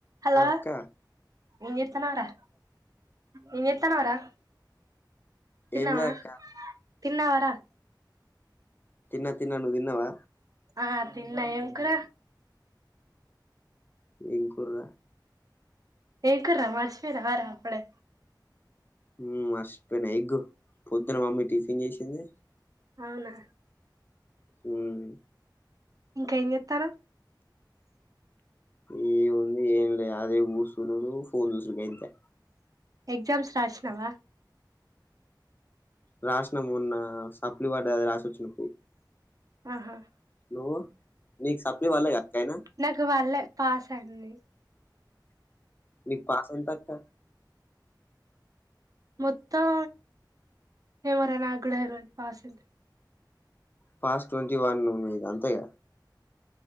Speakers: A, on the right; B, on the left.
A: హలో
B: ఆ అక్క
A: ఏం జేత్తన్నవ్ రా ఏం జేత్తన్నవ్ రా తిన్నావా
B: ఏంలే అక్క
A: తిన్నావారా?
B: తిన్న తిన్న నువ్వు తిన్నవా?
A: ఆఁ తిన్నా ఏం కూర?
B: ఏం కుర్ర
A: ఏం కూర మర్సిపోయినవా రా అప్పుడే
B: హ్మ్ఁ మర్సిపోయిన ఎగ్గు పొద్దున మమ్మీ టిఫిన్ జేసింది
A: అవునా
B: హ్మ్ఁ
A: ఇంకా ఏం జేత్తన్నవ్
B: ఏ ఉంది ఏం లే అదే గుసుడు ఫోన్ జుసుడు గంతె
A: ఎగ్జామ్స్ రాశినవా
B: రాశిన మొన్న సప్లి వడ్డది అది రాసోచ్చినపూ
A: ఆహాఁ
B: నువ్వు నీకు సప్లి వడ్లేక్క అయినా
A: నాకు వళ్ళే పాస్ అండి
B: నీకు పాస్ ఎంతక్క
A: మొత్తం ఏమో రా నాకు గూడ తెల్వదు పాస్ ఎంతొ
B: పాస్ టొంటీ వన్ ను మీది అంతేగా